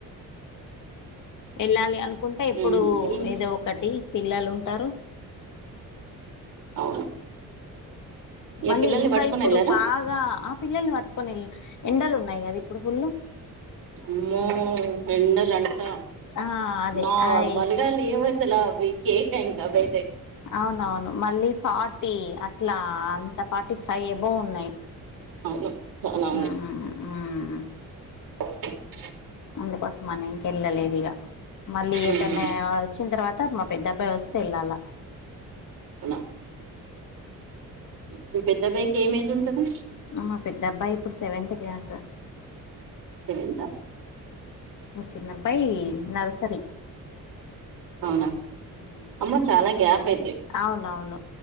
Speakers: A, on the left (about 60°); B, on the right (about 80°).
A: ఎల్లాలి అను కుంట ఎప్పుడు
B: ఉహు ఈ
A: ఏదో ఒకటి పిల్లలు ఉంటారు
B: అవును ఏ
A: మళ్ళీ
B: పిల్లల్ని
A: ఇంకా
B: పట్టుకొని
A: ఇప్పుడు
B: వెళ్ళారా
A: బాగా ఆ పిల్లల్ని పట్టుకో కొన్ని ఎండలు ఉన్నాయి కదా ఇప్పుడు ఫుల్
B: అమ్మో ఎండలు అంటా
A: ఆ అదే
B: నారర్మల్గా
A: అయ్
B: లేవశా సలా అవి కేక ఇంక అవైతే
A: అవునవును మళ్ళీ ఫార్టీ అట్లా అంత ఫార్టీ ఫైవ్ బోనయ్
B: అవును చాలా
A: హ్మ్ హ్మ్
B: అ
A: అందుకోసమని ఇంకెళ్ళలేదు ఇగ మళ్ళీ ఏటైనే
B: ఉహు
A: వచ్చిన తర్వాత మా పెద్ద అబ్బాయి వస్తే వెళ్ళాలా
B: అనా మీ పెద్దబాయికి ఏం ఏజ్ ఉంటంది
A: మా పెద్దబ్బాయి ఇప్పుడు సెవెంత్ క్లాసు
B: సేవేంత
A: మా చిన్న అబ్బాయి నర్సరీ
B: అవునా
A: హ్మ్
B: అమ్మో చాలా గ్యాప్ అయిత
A: అవునవును